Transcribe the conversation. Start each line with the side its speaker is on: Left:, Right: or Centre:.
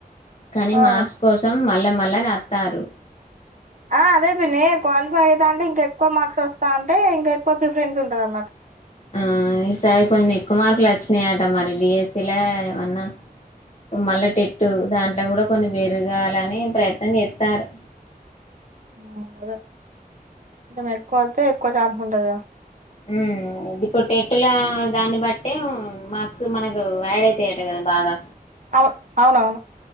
Left: కానీ
Right: ఆ
Left: మార్క్స్ కోసం మళ్ళా మ్ మల్ల రాత్తారు
Right: ఆ అదే పిన్ని క్వాలిఫై అయితాంటె ఇంక ఎక్కువ మార్క్స్ వస్తా న్ టే ఇంకా ఎక్కువ ప్రిఫెన్స్ ఉంటాద ప్
Left: ఆ ఈ సారి కొన్ని ఎక్కువ మార్కులు వచ్ నాయిట మరి డిఎస్సీలో ఏమన్నా మళ్ల టెట్టు, దాంట్లో కూడా కొన్ని బేరుగాలని ప్రయత్నం చేస్తానరు
Right: ఆ అదేే కొంచెం ఎక్కువ వెళ్తే ఎక్కువ ఛాన్స్ ఉంటది గా
Left: హ్మ్ ఇది కుట్టేట్ ట్ల దాన్ని బట్ టే మాక్స్ మనకు ఆడ్ అయితాయట కదా బాగా
Right: అవు అవునవును